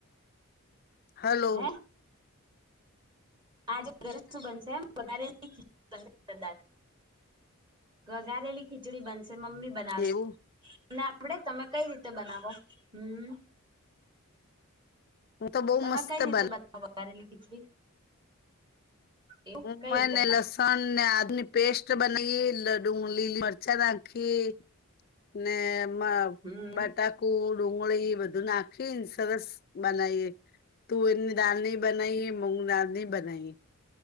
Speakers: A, on the left; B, on the right.
A: હલો
B: હે આજે ઘરે શું બનશે એમ વઘારેલી ખિચડી બનશે કદાચ ઘઘારેલી ખીચડી બનશે મમ્મી બનાવશે
A: એવું
B: તમને આવડે તમે કઈ રીતે બનાવો હમ
A: હું તો બહુ
B: તમે
A: મસ્ત
B: કઈ રીતે
A: બના
B: બનાવો વઘારેલી ખીચડી એવું
A: હું
B: કઈ
A: હેને
B: રીતે
A: લસણ ને આદુની પેસ્ટ બનાઈએ લડુગ લીલી મરચા નાખીએ ને એમા
B: પણ હમ
A: બટાકુટ ડુંગળી બધુ નાખીને સરસ બનાએ તુવેરની દાલની બનાઈ મૂગની દાલ નહી બનાએ